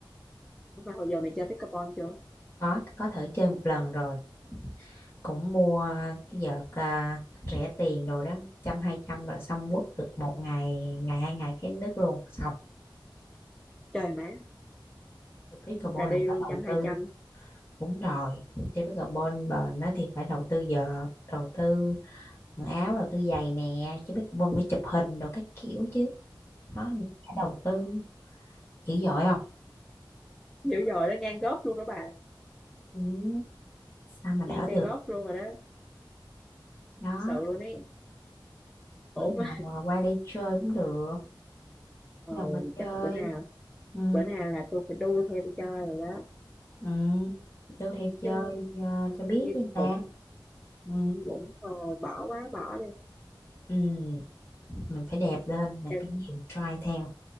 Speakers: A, in the centre; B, on the left.
A: mà hồi giờ mày chơi pickleball chưa
B: có có thử chơi một lần rồi cũng mua cái vợt à, rẻ tiền đồ đó trăm hai trăm rồi xong quất được một ngày ngày hai ngày cái nứt luôn xong
A: trời má
B: chơi pickleball
A: là đi
B: là
A: luôn
B: phải
A: trăm
B: đầu tư
A: hai trăm
B: đúng rồi chơi pickleball bền đó thì phải đầu tư vợt đầu tư quần áo rồi tôi giày nè chứ biết bôn phải chụp hình đồ các kiểu chứ nó phải đầu tư dữ dội không
A: dữ dội đó ngang góp luôn đó bà
B: ừ, sao mà đỡ
A: ngang chơi
B: được
A: góp luôn rồi đó
B: đó
A: sợ luôn ấy khổ
B: bữa nào
A: má
B: à, qua đây chơi cũng được
A: ờ
B: bữa nào qua chơi
A: chắc bữa nào
B: ừ,
A: bữa nào là tôi phải đu theo tôi chơi rồi đó
B: ừ. đâu theo chơi
A: chứ
B: à, cho biết
A: nhưng
B: với người ta
A: cũng
B: ừ,
A: cũng ờ, bỏ quá bỏ đi
B: ừ. mình phải đẹp lên mình
A: đẹp
B: phải nhiều try theo